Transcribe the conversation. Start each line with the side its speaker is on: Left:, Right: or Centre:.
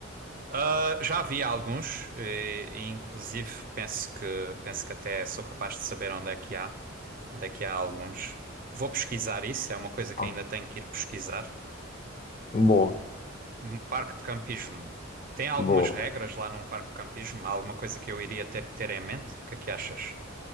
Right: Ah, já vi alguns, e, e inclusive penso que penso que até sou capaz de saber onde é que há, onde é que há alguns. Vou pesquisar isso, é uma coisa que
Left: Ah,
Right: ainda tenho que ir pesquisar.
Left: Boa,
Right: Um parque de campismo. Tem algumas
Left: boa.
Right: regras lá num parque de campismo? Há Alguma coisa que eu iria ter que ter em mente? O que é que achas?